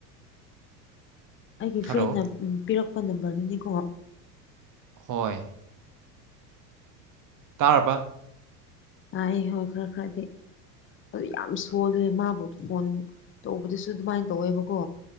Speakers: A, on the left; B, on the right.
A: ꯑꯩꯒꯤ
B: ꯍꯜꯂꯣ
A: ꯐ꯭ꯔꯦꯟꯅ ꯄꯤꯔꯛꯄ ꯅꯝꯕꯔꯗꯨꯅꯤꯀꯣ
B: ꯍꯣꯏ ꯇꯥꯔꯕ
A: ꯇꯥꯏ ꯍꯣꯏ ꯈꯔ ꯈꯔꯗꯤ ꯑꯗꯨ ꯌꯥꯝ ꯁꯣꯜꯂꯦ ꯃꯥꯕꯨ ꯐꯣꯟ ꯇꯧꯕꯗꯁꯨ ꯑꯗꯨꯃꯥꯏꯅ ꯇꯧꯋꯦꯕꯀꯣ